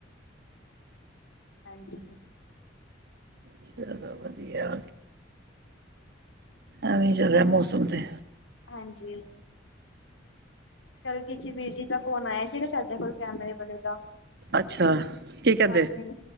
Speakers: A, on the left; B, on the right.
A: ਹਾਂਜੀ,
B: ਚਲੋ ਵਧੀਆ, ਐਵੇਂ ਚੱਲ ਰਿਹਾ ਮੌਸਮ ਤੇ
A: ਹਾਂਜੀ, ਕੱਲ੍ਹ ਕਿਸੀ ਵੀਰ ਜੀ ਦਾ ਫੋਨ ਆਇਆ ਸੀਗਾ, ਸਾਡੇ ਕੋਲ ਕੈਮਰੇ ਵਾਲੇ ਦਾ
B: ਅੱਛਾ ਕੀ ਕਹਿੰਦੇ
A: ਹਾਂਜੀ,